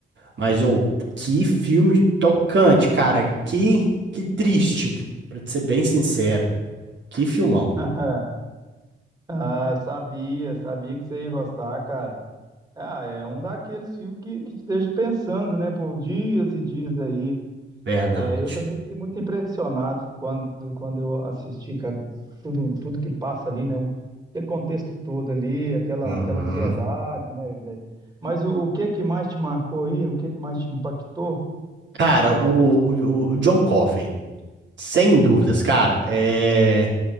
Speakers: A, on the right (about 65°); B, on the right (about 20°).
A: mas ou que filme tocante, cara. Que que triste, pra te ser bem sincero. Que filmão.
B: <laughs> Ah, sabia, sabia que você ia gostar, cara. Ah, é um daqueles filmes que, que te deixa pensando, né, por dias e dias aí.
A: Verdade.
B: É, eu também fiquei muito impressionado quando, quando eu assisti, cara, tudo, tudo que passa ali, né, o, aquele contexto todo ali, aquela,
A: Uhum.
B: aquela ansiedade, né, velho. Mas o, o que que mais te marcou aí? O que que mais te impactou?
A: Cara, o, o, o John Coffey, sem dúvidas, cara, é...